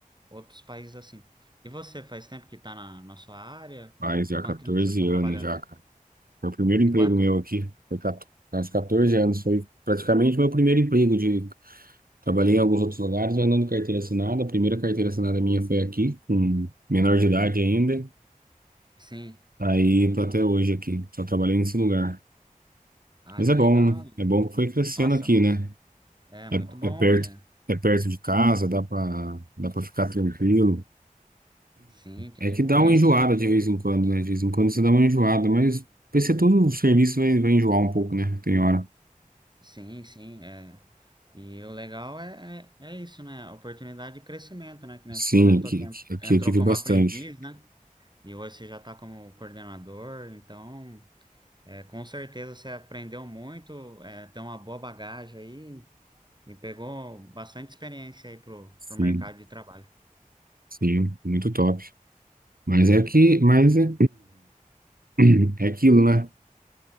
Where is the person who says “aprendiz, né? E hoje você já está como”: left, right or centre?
Right